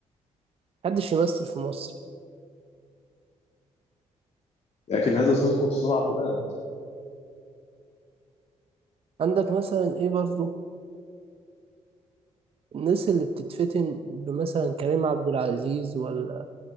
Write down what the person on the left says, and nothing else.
لكن هذا سيسقط صناعه تمام